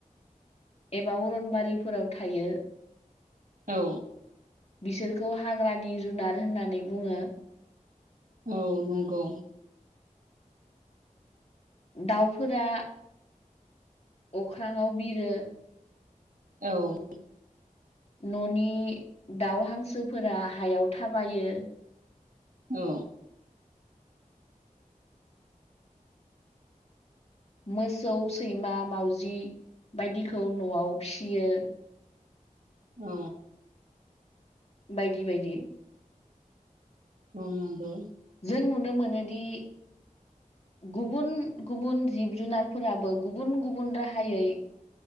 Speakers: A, on the left; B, on the right.
A: एबा अरनबारिफोराव थायो
B: औ
A: बिसोरखौ हाग्रानि जुनार होननानै बुङो
B: औ नंगौ
A: दाउफोरा अख्रांआव बिरो
B: औ
A: न'नि दाउ हांसोफोरा हायाव थाबायो
B: औ
A: मोसौ सैमा मावजि बायदिखौ न'आव फियो
B: औ
A: बायदि बायदि
B: मावनांगौ
A: जों नुनो मोनोदि गुबुन गुबुन जिब जुनारफोराबो गुबुन गुबुन राहायै